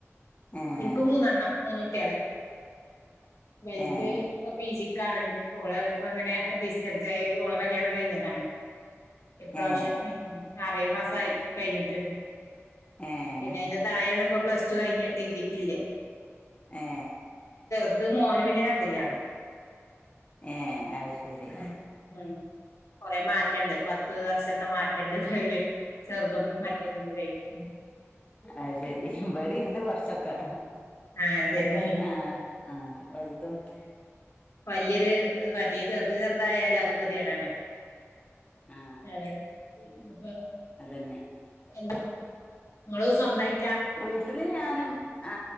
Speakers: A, on the left; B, on the left.
A: ഏഹ്
B: ഇൻക്ക് മൂന്നെണ്ണം മൂന്നുട്ട് വെല്ത്
A: ഏഹ്
B: ഇപ്പ പിജിക്കാണ് ഓള് ഇപ്പങ്ങനെ ഡിസ്റ്റൻസ് ആയ ഓള കല്യാണം കഴിഞ്ഞതാണ് ഇപ്രാവശ്യം
A: ഏ
B: ഉം ആറേയ് മാസായി കഴിഞ്ഞിട്ട്
A: ഏഹ്
B: പിന്നെ ഇതൊക്കൊയേണെ ഇപ്പ പ്ലസ് ടു കഴിഞ്ഞ് ഡിഗ്രക്കില്ലേ
A: ഏ
B: അത് മോനു പിന്നെ രണ്ടിലാണ്
A: ഏ അത് ശരി
B: ഉം ഉം കൊറെ മാറ്റണ്ട് പത്ത് വർഷത്തെ മാറ്റണ്ട് അവര് ചെറുതും മറ്റേതും കൂടൊയിട്ട്
A: അയ്ശെരി ഇബ്ടി ഇണ്ട് കൊറച്ചൊക്കെ
B: ആ ശരി
A: പത്തായി ആ ആ വലുതും
B: വല്യേത് മറ്റേ ചെറുത് ചെറുതായാലും അതും ഗതികേടാണേ
A: ആ
B: ആണ് <unintelligible>
A: അതന്നെ
B: എന്ത് ങ്ങള് സ്വന്തായി
A: വീട്ടില് ഞാനും ആ